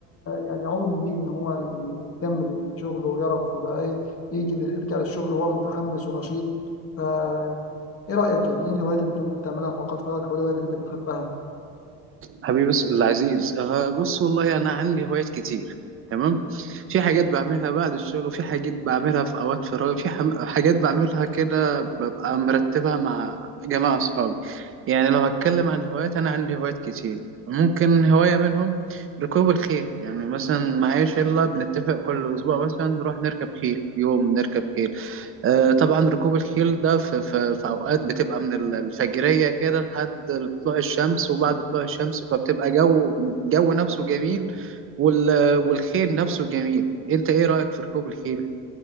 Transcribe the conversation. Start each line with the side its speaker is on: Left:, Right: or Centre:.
Left: يعني عون ليه إن هو يكمل في شغله ويعرف يبقى إيه يجي يرجع للشغل وهو متحمس ونشيط فا إيه رأيك يعني إيه الهوايات اللي أنت ممكن تعملها في أوقات فراغك أو الهوايات اللي أنت بتحبها؟
Right: حبيبي بس العزيز آه بص والله انا عندي هوايات كتير تمام في حاجات بعملها بعد الشغل وفي حاجات بعملها في اوقات فراغي في حم- حاجات بعملها كده ببقى مرتبها مع جماعة اصحابي يعني لو هتكلم عن هوايات انا عندي هوايات كتير ممكن هواية منهم ركوب الخيل يعني مثلا معايا شلة بنتفق كل أسبوع مثلا نروح نركب خيل يوم نركب خيل آه، طبعا ركوب الخيل ده في, في, في اوقات بتبقى من ال- الفجريه كده لحد طلوع الشمس وبعد طلوع الشمس فبتبقى جو الجو نفسه جميل وال والخيل نفسه جميل انت ايه رايك في ركوب الخيل